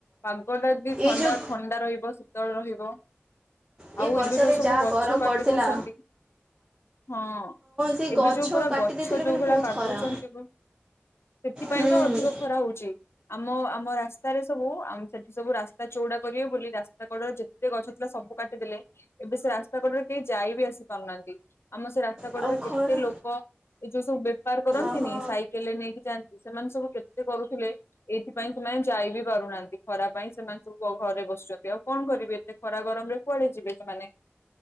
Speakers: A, on the left (about 70°); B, on the right (about 20°).
A: ପାଗ ଟା ଯଦି ଥଣ୍ଡା
B: ଏଇ ଯେଉଁ
A: ଥଣ୍ଡା ରହିବ ଶୀତଳ ରହିବ। ଆଉ
B: ଏ ବର୍ଷରେ
A: ଏବେ ଯୋଉ ସବୁ
B: ଯାହା
A: ଗଛ
B: ଗରମ
A: କାଟି
B: ପଡ଼ିଥିଲା
A: ଦଉଛନ୍ତି। ହଁ
B: ସେ
A: ଏବେ
B: ଗଛ
A: ଯୋଉ ପୁରା
B: କାଟି
A: ଗଛ
B: ଦେଇଥିଲେ
A: ଯୋଉ
B: ମାନେ
A: ଭଳିଆ
B: ବହୁତ
A: କାଟୁଛନ୍ତି।
B: ଖରା
A: ସେଥିପାଇଁ
B: ହୁଁ
A: ତ ଅଧିକ ଖରା ହଉଛି। ଆମ ଆମ ରାସ୍ତାରେ ସବୁ ଆମ ସେଠି ସବୁ ରାସ୍ତା ଚଉଡା କରିବେ ବୋଲି ରାସ୍ତା କଡରେ ଯେ ତେ ଗଛ ଥିଲା ସବୁ କାଟିଦେଲେ ଏବେ ସେ ରାସ୍ତା କଡରେ। କେଇ ଯାଇ ବି ଆସି ପାରୁନାହାନ୍ତି। ଆମ ସେ ରାସ୍ତା କଡରେ
B: ଆଉ ଖରା
A: କେତେ ଲୋକ ଏ ଯୋଉ ସବୁ ବେ ପାର୍ କରନ୍ତିନି
B: ଓହୋ
A: ସାଇକେଲ ରେ ନେଇକି ଯାଆନ୍ତି ସେମାନେ ସବୁ କେତେ କରୁଥିଲେ। ଏଇଥିପାଇଁ ସେମାନେ ଯାଇ ବିି ପାରୁନାହାନ୍ତି ଖରା ପାଇଁ ସେମାନେ ସବୁ ଘ ଘରେ ବସୁଛନ୍ତି ଆଉ କଣ କରିବେ। ଏତେ ଖରା ଗରମ ରେ କୁଆଡେ ଯିବେ ସେମାନେ।